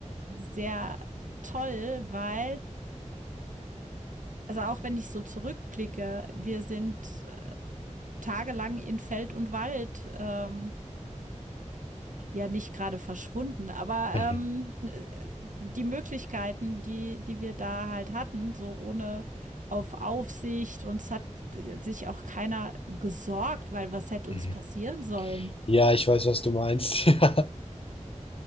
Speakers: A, on the right; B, on the left.
A: sehr toll, weil, also auch wenn ich so zurückblicke, wir sind äh, tagelang in Feld und Wald. Ähm, ja nicht gerade verschwunden, aber
B: Mhm.
A: ähm, äh, die Möglichkeiten, die, die wir da halt hatten, so ohne auf Aufsicht, uns hat äh, sich auch keiner gesorgt, weil was hätte
B: Mhm.
A: uns passieren sollen?
B: Ja, ich weiß, was du meinst. <laughs>